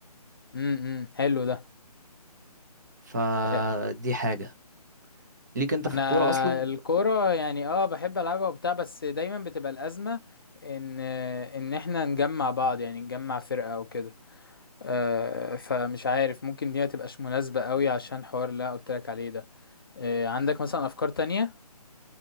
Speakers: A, on the left (about 35°); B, on the right (about 30°).
A: امم امم، حلو ده
B: فدي
A: آه،
B: حاجة ليك انت في
A: انا
B: الكورة اصلا
A: الكوره يعني اه بحب العبها وبتاع بس دايما بتبقى الازمه ان ان احنا نجمع بعض يعني نجمع فرقه او كده آه، فمش عارف ممكن دي ما تبقاش مناسبه قوي عشان حوار اللي أنا قلت لك عليه ده آه، عندك مثلا افكار تانية